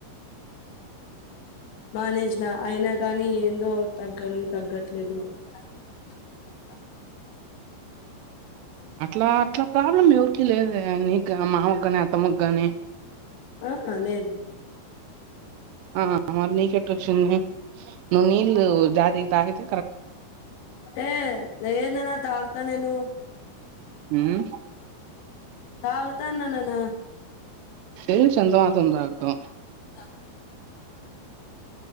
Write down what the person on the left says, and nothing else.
మానేసిన అయినా గానీ ఏందో తగ్గనే తగ్గట్లేదు <inaudible>
అహా లేదు
ఏ లేదు రా తాగుతా నేను
తాగుతన్న నాన్న
ఆ